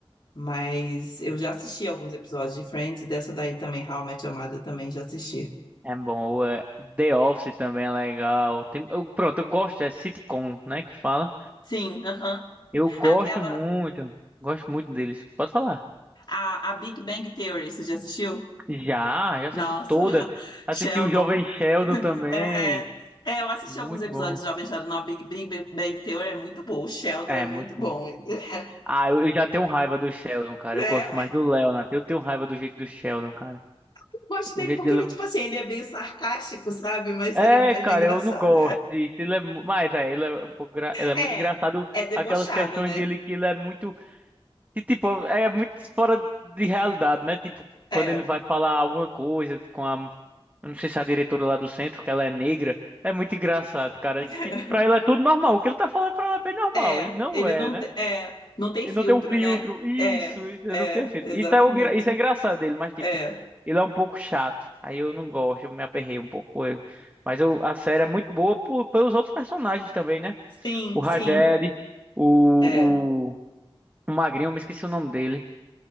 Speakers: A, on the left (about 50°); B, on the right (about 15°).
A: Mas eu já assisti alguns episódios de Friends, dessa daí também, How I Met Your Mother, também já assisti.
B: É bom, é, The Office também é legal. Tem, eu- pronto, eu gosto, é sitcom, né, que fala.
A: Sim, aham.
B: Eu gosto
A: Aquela,
B: muito, gosto muito deles. Pode falar.
A: a, a Big Bang Theory, você já assistiu?
B: Já, já assisti
A: Nossa,
B: toda.
A: <laughs>
B: Assisti
A: Sheldon.
B: o Jovem Sheldon também.
A: É, é, é, eu assisti
B: Muito
A: alguns episódios
B: bom.
A: de Jovem Sheldon. a Big, Big Bang Theory é muito bom. O Sheldon
B: É,
A: é muito
B: muito bom.
A: bom. <laughs>
B: Ah, eu, eu já tenho raiva do Sheldon, cara.
A: É,
B: Eu gosto mais do Leonard. Eu tenho raiva do jeito do Sheldon, cara.
A: eu gosto dele
B: O jeito
A: porque
B: dele...
A: ele,
B: é muito-
A: tipo assim, ele é meio sarcástico, sabe? Mas
B: É,
A: ele, é- ele
B: cara,
A: é engraçado.
B: eu não gosto disso. Ele é... mu- Mas, é, ele é um pouco... gra- Ele é
A: É,
B: muito engraçado.
A: é debochado,
B: Aquelas questões
A: né?
B: dele que ele é muito... Que, tipo, é muito fora de realidade, né? Tipo,
A: É,
B: quando ele vai falar alguma coisa com a... Eu não sei se é a diretora lá do centro, que ela é negra. É muito engraçado, cara.
A: <laughs>
B: Que, tipo, pra ele é tudo normal. O que ele tá falando pra ela é bem normal.
A: é.
B: E não
A: Ele
B: é,
A: não,
B: né?
A: te- é, não tem
B: Ele
A: filtro,
B: não tem um filtro.
A: né?
B: Isso,
A: É,
B: isso, ele
A: é,
B: não tem um filtro. Isso
A: exatamente.
B: é, o, engra- isso é engraçado dele, mas tipo,
A: É.
B: ele é um pouco chato. Aí eu não gosto, eu me aperrei um pouco com ele. Mas eu- a série é muito boa por- pelos outros personagens também, né?
A: Sim,
B: O Rajed,
A: sim.
B: o,
A: É.
B: o, o Magrinho, eu me esqueci o nome dele.